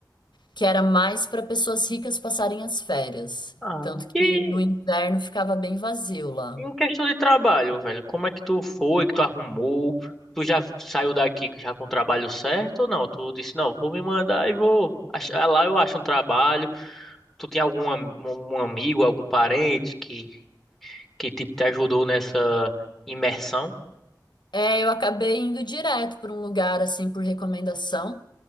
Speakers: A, on the left (about 80°); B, in the centre.
A: que era mais para pessoas ricas passarem as férias.
B: Ah.
A: Tanto que
B: e
A: no inverno ficava bem vazio lá.
B: Em questão de trabalho, velho, como é que tu foi, que tu arrumou? Tu já saiu daqui já com o trabalho certo ou não? Tu disse, não, vou me mandar e vou. achar- Lá eu acho um trabalho. Tu tem algum am- um amigo, algum parente que, que tipo, te ajudou nessa imersão?
A: É, eu acabei indo direto para um lugar assim por recomendação.